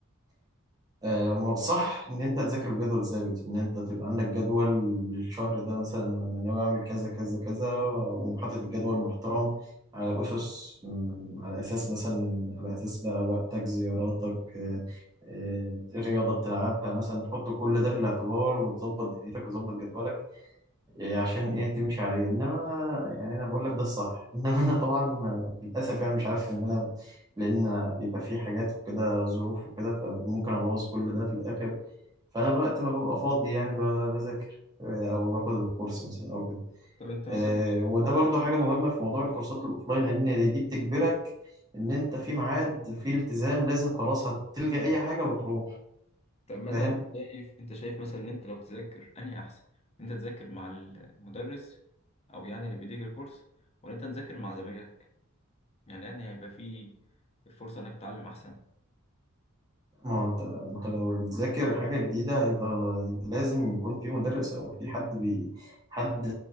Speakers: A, on the right; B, on the left.
A: آه، صح ان انت تذاكر بجدول ثابت ان انت تبقى عندك جدول للشهر ده مثلا انا ناوي اعمل كذا كذا كذا وحاطط الجدول محترم على اسس مم، على اساس مثلا على اساس بقى وقتك زياراتك آه، آه، الرياضه بتلعبها مثلا تحط كل ده في الاعتبار وتظبط دنيتك وتظبط جدولك إيه عشان ايه تمشي عليه انما يعني انا بقول لك ده الصح <laughs> انما انا طبعا للاسف يعني مش عارف ان انا لان بيبقى في حاجات وكده ظروف وكده فممكن ابوظ كل ده في الاخر فانا وقت ما ببقى فاضي يعني ب- بذاكر آه، او باخد الكورس مثلا او كده
B: طب أنت
A: آه،
B: مثلا
A: وده برضو حاجه مهمه في موضوع الكورسات الاوفلاين لان دي بتجبرك ان انت في ميعاد في التزام لازم خلاص هتلجأ اي حاجه وتروح
B: طب مثلا
A: فاهم
B: شايف أنت شايف مثلا إن أنت لو تذاكر أنهي أحسن إن أنت تذاكر مع المدرس أو يعني اللي بيديك الكورس ولا أنت تذاكر مع زمايلك يعني أنهي هيبقى فيه فرصة إنك تتعلم أحسن
A: ما هو انت انت لو بتذاكر حاجة جديدة هيبقى هيبقى لازم يكون في مدرس او في حد بي حد